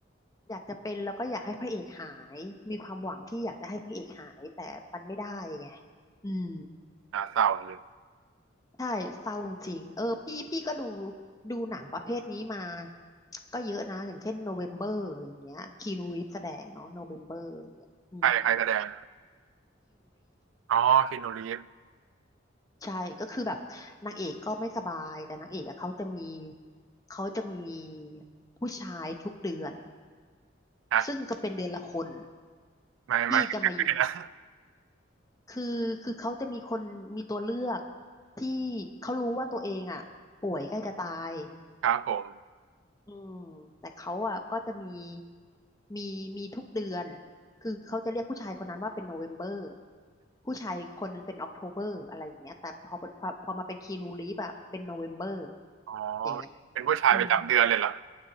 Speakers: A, on the left; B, on the right.
A: อยากจะเป็นแล้วก็อยากให้พระเอกหาย มีความหวังที่อยากจะให้พระเอกหายแต่มันไม่ได้ไงอืม
B: น่าเศร้าเลย
A: ใช่เศร้าจริงๆเออพี่พี่ก็ดูดูหนังประเภทนี้มาก็เยอะนะ อย่างเช่นโนเวมเบอร์อย่างเงี้ยคีนูรีฟแสดงเนาะโนเวมเบอร์อย่างเงี้ยอืม
B: ใครใครแสดง อ๋อคีนูรีฟ
A: ใช่ก็คือแบบนางเอกก็ไม่สบายแต่นางเอกอะเขาจะมีเขาจะมีผู้ชายทุกเดือน
B: นะ
A: ซึ่งก็เป็นเดือนละคน
B: ไม่ไม่
A: ที่จะมาอยู่
B: <laughs> นะ
A: คือคือเขาจะมีคนมีตัวเลือกที่เขารู้ว่าตัวเองอ่ะป่วยใกล้จะตาย
B: ครับผม
A: อืมแต่เขาอ่ะก็จะมีมีมีทุกเดือนคือเขาจะเรียกผู้ชายคนนั้นว่าเป็นโนเวมเบอร์ผู้ชายคนหนึงเป็นออกโทเบอร์อะไรอย่างเงี้ยแต่พอพอพอมาเป็นคีนูรีฟอะเป็นโนเวมเบอร์
B: อ๋อ
A: อย่างเงี้ย
B: เป็นผู้ชายประจำเดือนเลยเหรอ
A: อืม